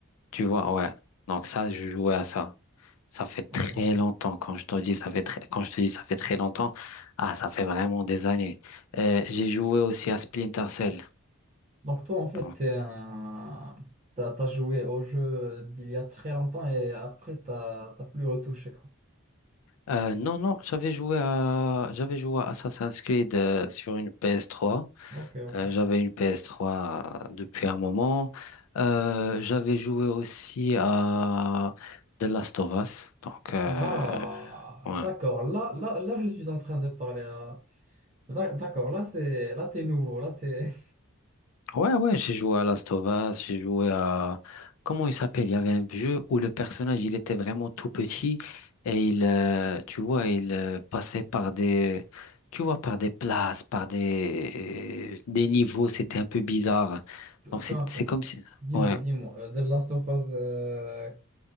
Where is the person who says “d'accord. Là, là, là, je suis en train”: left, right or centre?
Right